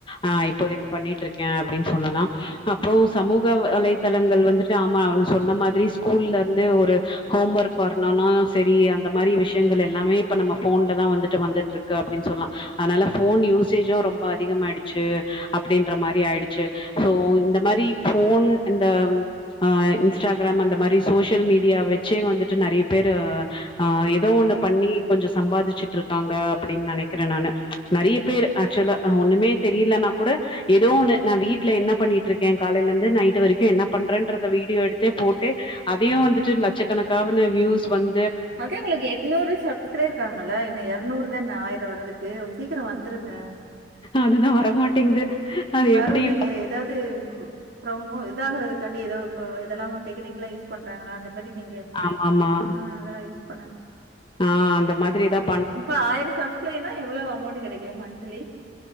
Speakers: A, on the left; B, on the right.
A: ஆ இப்போதை பண்ணிட்டு இருக்கே அப்படின்னு சொல்லலா அப்பறோ சமூக வலைதளங்கள் வந்துட்டு ஆமா அவனு சொன்ன மாதிரி ஸ்கூல்ல இருந்து ஒரு ஹோம் ஒர்க் வரணுனா செரி அந்த மாரி விஷயங்கள் எல்லாமே இப்ப நம்ம ஃபோன்ல தா வந்துட்டு வந்துட்டு இருக்கு க அப்டின்னு சொல்லா அதனால ஃபோன் யூசேஜு ரொம்ப அதிகமாயிடுச்சு அப்டின்ற மாரி ஆயிடுச்சு சோ இந்த மாரி ஃபோன் அந்த ஆ இன்ஸ்டாகிராம் அந்த மாரி சோசியல் மீடியா வச்சே வந்துட்டு நெறைய பேரு ஆ எதோ ஒண்ணு பண்ணி கொஞ்சோ சம்பாதிச்சுட்டு ருக் காங்க அப்டின்னு நெனைக்கிறே நானு நெறைய பேர் ஆக்சுவலா ஒண்ணுமே தெரியலனா கூட ஏதோ ஒண்ணு நா வீ ட்ல என்ன பண்ணிட்டு இருக்கே காலேல இருந்து நைட் வரைக்கு என்ன பண்றேன்றத வீடியோ எடுத்து போட்டே அதயு வந்துட்டு லட்சக்கணக்கான வியூஸ் வந்
B: மக்கா உங்களுக்கு எட்நூறு ச ஸ்கிரே இருக்காங்கல்ல இன்னு எரநூறு தான ஆயிர வர்றதுக்கு சீக்கிர வந்துருங்க
A: அதுதா வரமாட்டேங்குது அது
B: வரு
A: எப்டி
B: நீங்க எதாவது ம் ரொம்ப இதாகறதுக்காண்டி ஏதோ இப்போ இதெல்லா டெக்னிக்கல்லா யூஸ் பண்றாங்களா அந்த மாரி நீங்க
A: ஆமாமா
B: ஆ அதெல்லாம் யூஸ் பண்ணுங்க.
A: ஆ அந்த மாதிரிதாப்
B: இப்ப ஆயிரோ சப்ஸ்க்ரைபர் எவ்ளோவு அமொண்ட் கெடைக்கு மன்த்லி